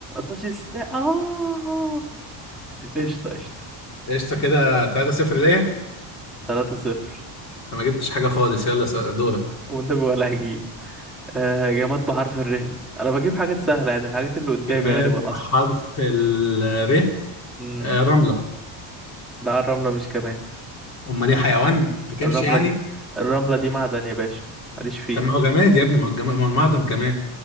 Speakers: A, in the centre; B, on the left (about 35°).
A: طاجستا آه قشطة قشطة
B: قشطة كده 3-0 ليا
A: 3 صفر
B: أنا ما جبتش حاجة خالص يلا س- دورك
A: وأنت بيبقى لهجي آه جماد بحرف الر أنا بجيب حاجات سهلة يعني الحاجات اللي قدامي
B: جماد
A: غالبا أصلا
B: حرف ال ر
A: امم
B: آه، رملة
A: لا الرملة مش جماد
B: أمال إيه حيوان بتمشي
A: الرملة
B: يعني
A: دي الرملة دي معدن يا باشا ماليش فيه
B: طب ما هو جماد يا ابني ما هو جماد ما هو المعدن كمان